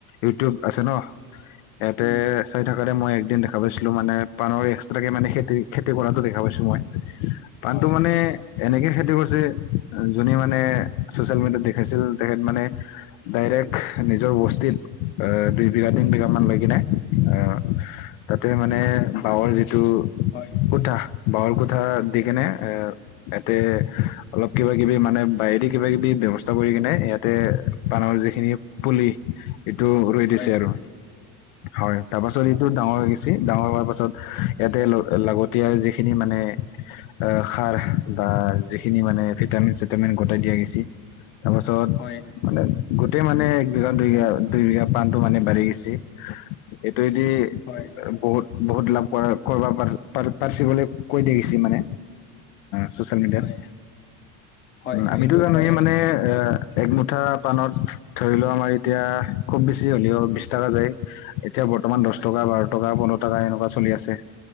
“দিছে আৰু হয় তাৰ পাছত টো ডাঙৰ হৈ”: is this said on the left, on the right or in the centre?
Left